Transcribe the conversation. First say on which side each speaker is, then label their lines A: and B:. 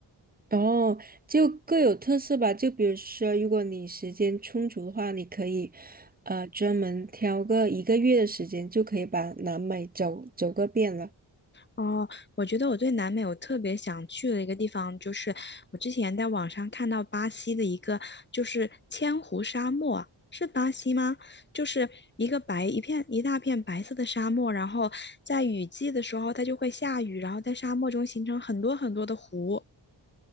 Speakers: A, on the right; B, on the left.
A: 哦，就各有特色吧。就比如说，如果你时间充足的话，你可以，呃，专门挑个一个月的时间，就可以把南美走走个遍了。
B: 哦，我觉得我对南美我特别想去的一个地方，就是我之前在网上看到巴西的一个，就是千湖沙漠，是巴西吗？就是一个白一片一大片白色的沙漠，然后在雨季的时候它就会下雨，然后在沙漠中形成很多很多的湖。